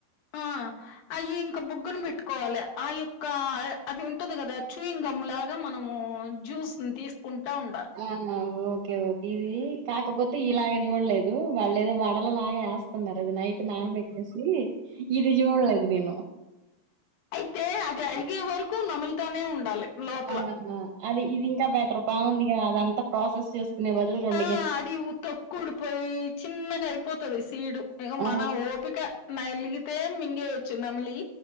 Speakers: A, on the left; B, on the right.
A: ఆ అయి ఇంకా బుగ్గన పెట్టుకోవాలి. ఆ యొక్క అది ఉంటది కదా చూయింగ్ గమ్ లాగా మనము జ్యూస్ ని తీసుకుంటా ఉండా
B: అవునా ఓకే ఓకే ఇది కాకపోతే ఇలాగ చూడలేదు, వాళ్ళు ఏదో వడల లాగా ఏస్ తున్నారు అది నైట్ నానబెట్టేసి. ఇది చూడలేదు నేను.
A: అయితే అది అరిగే వరకు నములుతానే ఉండాలి లోపల.
B: ఆ అది ఇది ఇంకా బెటర్ బాగుందిగా అదంతా ప్రాసెస్ చేసుకునే బదులు రెండు
A: ఆ
B: గం
A: అది తొక్కు ఊడిపోయి చిన్నగా అయిపోతది సీడు ఇగ
B: ఆ!
A: మన ఓపిక. నలిగితే మింగేయేచ్చు నమిలి.